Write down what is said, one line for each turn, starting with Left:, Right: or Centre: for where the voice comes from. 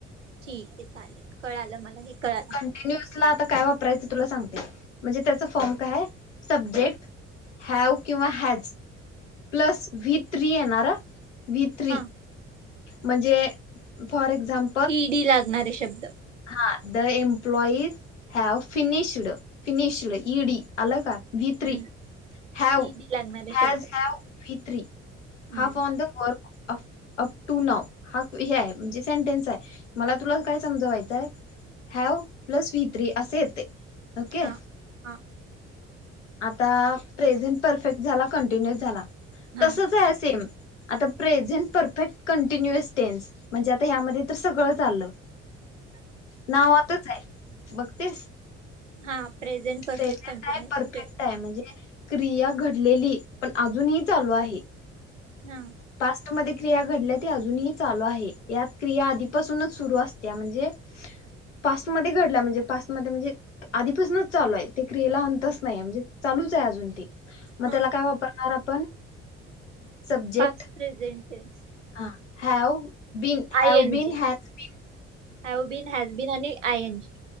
Right: ठीक आहे चालेल कळालं मला हे कळालं.
Left: न्यजला आता काय वापरायचं तुला सांगते. म्हणजे त्याच फॉर्म काय आहे सब्जेक्ट हॅव किंवा हॅज प्लस व्ही थ्री येणार हा व्ही थ्री.
Right: हा
Left: म्हणजे फॉर एक्झाम
Right: ई डी लागणारे शब्द.
Left: हा the employees have finished finished ED आलं का. बि थ्री
Right: हम्म
Left: हॅव
Right: ईडी लागणारे
Left: हॅज
Right: शब्द
Left: have. V three
Right: hmm
Left: half on the work of up to now हा हे आहे म्हणजे सेंटेन्स आहे मला तुला काय समजावायचं तर हॅव प्लस वी थ्री अस येतंय ओके.
Right: हा हा
Left: आता प्रेझेंट परफेक्ट झाला कंटिन्युअ झाला
Right: हा
Left: तसच आहे सेम. आता प्रेझेंट परफेक्ट कंटिन्युअस टेन्स म्हणजे आता ह्यामध्ये तर सगळचं आलं.
Right: <inaudible>
Left: नाव आतच आहे बघतीस.
Right: हा प्रेझेंट परफेक्ट
Left: प्रेझेंट
Right: कंटिन्युअस
Left: आहे, परफेक्ट
Right: टेन्स.
Left: आहे, म्हणजे क्रिया घडलेली पण अजूनही चालू आहे.
Right: हा
Left: पास्टमध्ये क्रिया घडल्या ती अजूनही चालू आहे. यात क्रिया आधीपासूनच सुरू असत्या म्हणजे पास्टमध्ये घडला म्हणजे पास्टमध्ये म्हणजे आधीपासूनच चालू आहे, ते क्रियेला अंतच नाहीे म्हणजे चालूच आहे अजून ते. म
Right: हा
Left: त्याला काय वापरणार आपण? Subject
Right: past present tense.
Left: हा have been
Right: I
Left: have
Right: N
Left: been
Right: G
Left: has been.
Right: Have been has been आणि आय एन जी.